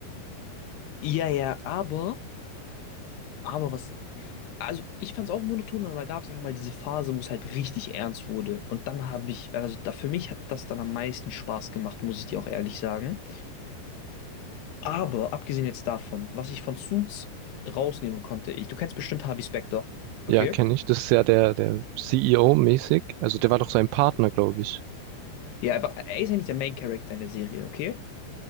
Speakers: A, on the left; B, on the right.
A: Ja, ja, aber, aber was also ich fand es auch monoton, aber da gab es einfach mal diese Phase, wo es halt richtig ernst wurde. Und dann habe ich, also da, für mich hat das dann am meisten Spaß gemacht, muss ich dir auch ehrlich sagen. Aber abgesehen jetzt davon, was ich von Suits rausnehmen konnte, ich, du kennst bestimmt Harvey Specter, okay?
B: Ja, kenne ich. Das ist ja der, der CEO-mäßig. Also der war doch sein Partner, glaube ich.
A: Ja, aber er ist ja nicht der Main Character in der Serie, okay?